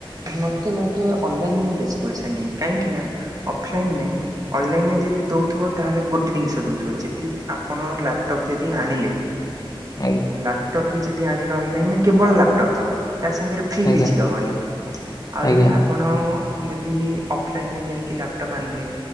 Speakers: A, on the right; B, on the left.
A: ମତ ତେ ଲାଗେ ଅନଲାଇନରେ ବେଶି ପଇସା ନିଏ କାହିଁକି ନା ଅଫଲାଇନ
B: ହୁଁ,
A: ଅନଲାଇନ ଯଦି ଯଦ ଦଉଥିବ ତାହେଲେ ଗୋଟେ ଜିନିଷ ଦଉଥିବ ଯଦି ଆପଣ ଲାପଟପ୍ ଯଦି ଆଣିଲେ
B: ଆଜ୍ଞା,
A: ଲାପଟପ୍ ବି ଯଦି ଆଣିଲେ ଅନଲାଇନ ନା କେବଳ ଲାପଟପ ଦବା ତା ସାଙ୍ଗେ ଫ୍ରି
B: ଆଜ୍ଞା,
A: କିଛି ଦବନି ଆଉ
B: ଆଜ୍ଞା,
A: ଯଦି ଆପଣ ଯଦି ଅଫଲାଇନରେ ଯାଇକି ଲାପଟପ୍ ଆଣିଲେ